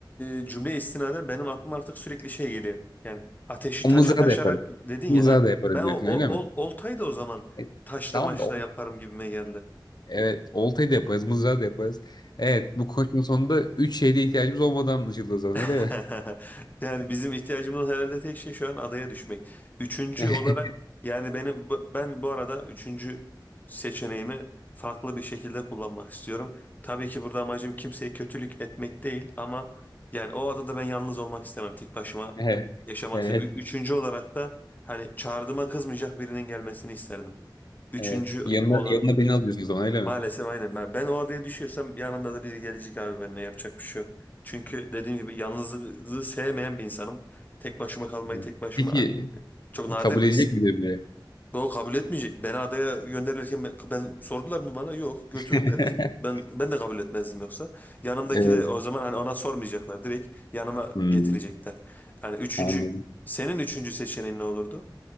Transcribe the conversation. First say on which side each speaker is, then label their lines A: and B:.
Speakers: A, on the left (about 20°); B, on the left (about 60°).
A: e, cümle istinaden benim aklıma artık sürekli şey geliyor. Yani ateşi
B: O
A: taşa
B: mızrağı
A: taşarak
B: da yaparız.
A: dedin
B: Mızrağı
A: ya ha.
B: da yaparız
A: Ben
B: diyorsun
A: o, o,
B: öyle mi?
A: ol- oltayı da o zaman
B: E,
A: taşla
B: tamam
A: maşla
B: da o,
A: yaparım gibime geldi.
B: evet oltayı da yaparız, mızrağı da yaparız. Evet bu konuşmanın sonunda üç şeyde ihtiyacımız olmadan anlaşıldı o zaman
A: <laughs>
B: öyle mi?
A: Yani bizim ihtiyacımız olan herhalde tek şey şu an adaya düşmek. Üçüncü
B: <laughs>
A: olarak yani benim bu- ben bu arada üçüncü seçeneğimi farklı bir şekilde kullanmak istiyorum. Tabii ki burada amacım kimseye kötülük etmek değil ama yani o adada ben yalnız olmak istemem. Tek başıma
B: Evet.
A: yaşamak
B: Evet.
A: istemem. Ü- Üçüncü olarak da hani çağrıma kızmayacak birinin gelmesini isterdim. Üçüncü
B: Evet. Yanına,
A: olarak
B: yanına beni alıyorsun o zaman öyle
A: Maalesef
B: mi?
A: aynen. Ben, ben o adaya düşüyorsam yanımda da biri gelecek abi benimle yapacak bir şey yok. Çünkü dediğim gibi yalnızlığı sevmeyen bir insanım. Tek başıma kalmayı
B: Evet.
A: tek başıma
B: Peki
A: çok nadir
B: kabul edecek midir biri?
A: o kabul etmeyecek. Beni adaya gönderirken ben, ben- sordular mı bana? Yok, götürdüler
B: <laughs>
A: direkt. Ben ben de kabul etmezdim yoksa. Yanımdaki
B: Evet.
A: de o zaman hani ona sormayacaklar. Direkt yanıma
B: Hmm,
A: getirecekler. Yani üçüncü
B: anladım.
A: senin üçüncü seçeneğin ne olurdu?